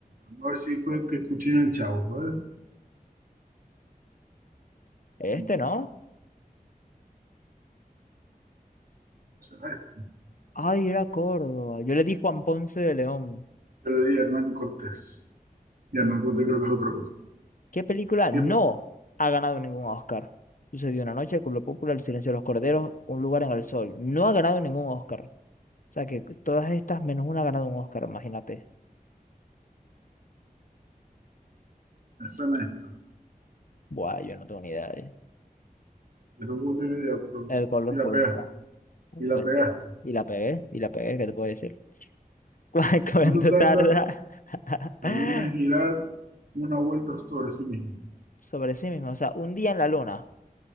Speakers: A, on the right; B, on the left.
A: Vamos a ver si fue el que escuché en el Chavo, ¿vale?
B: Este,
A: No,
B: ¿no?
A: no será este.
B: Ay, era Córdoba. Yo le di Juan Ponce de León.
A: Yo le di a Hernán Cortés. Y
B: ¿Qué
A: Hernán
B: cosa?
A: Cortés creo que es otra cosa.
B: ¿Qué película
A: ¿Qué
B: no ha ganado ningún Oscar? Sucedió una noche, Culo Popular, El silencio de los corderos, Un lugar en el sol. No ha ganado ningún Oscar. O sea que todas estas menos una ha ganado un Oscar, imagínate.
A: me suena esto?
B: Buah, yo no tengo ni idea. ¿eh?
A: Yo tampoco tengo idea, pero-
B: El color
A: Y la
B: púrpura.
A: pegaste. Y la
B: Pues
A: pegaste.
B: sí. Y la pegué, y la pegué, ¿qué te puedo decir? <laughs> ¿Cu- ¿Cuánto
A: ¿Cuánto tarda
B: tarda? <laughs>
A: la luna en girar una vuelta sobre sí misma?
B: Sobre sí mismo. O sea, un día en la luna.